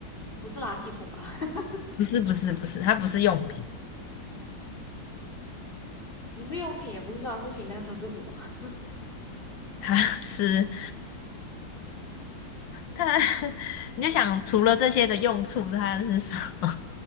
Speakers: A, on the left; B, on the left.
A: 不是垃圾桶吧？<laughs>
B: 不是，不是，不是，它不是用品，
A: 不是用品，也不是装饰品，那它是什么？<laughs>
B: 它 <laughs> 是它，<laughs> 你就想除了这些的用处，它是什么？